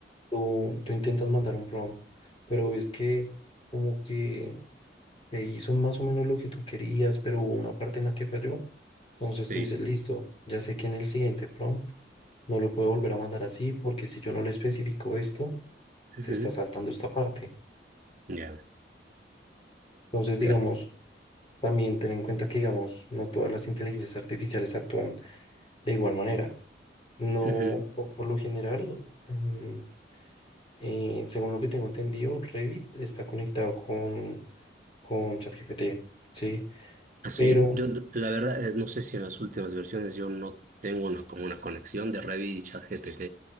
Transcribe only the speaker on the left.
tú, tú intentas mandar un prompt, pero es que como que te hizo más o menos lo que tú querías, pero hubo una parte en la que falló. Entonces
tú dices, listo, ya sé que en el siguiente prompt no lo puedo volver a mandar así porque si yo no le especifico esto, se
está saltando esta parte.
Entonces,
digamos, también ten en cuenta que, digamos, no todas las inteligencias artificiales actúan de igual manera. No,
o por lo general, mm, eh, según lo que tengo entendido, Revit está conectado con, con ChatGPT, ¿sí?
Pero